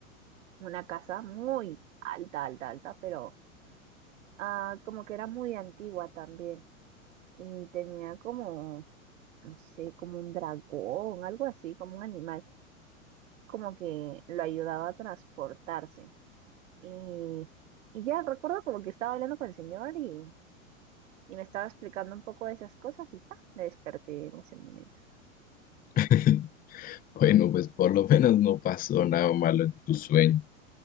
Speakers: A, on the right; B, on the left.
A: una casa muy alta, alta, alta, pero Ah, como que era muy antigua también y tenía como, no sé, como un dragón, algo así, como un animal, como que lo ayudaba a transportarse. Y, y ya recuerdo como que estaba hablando con el señor y, y me estaba explicando un poco de esas cosas y pa, me desperté en ese momento.
B: <laughs> Bueno, pues por lo menos no pasó nada malo en tu sueño.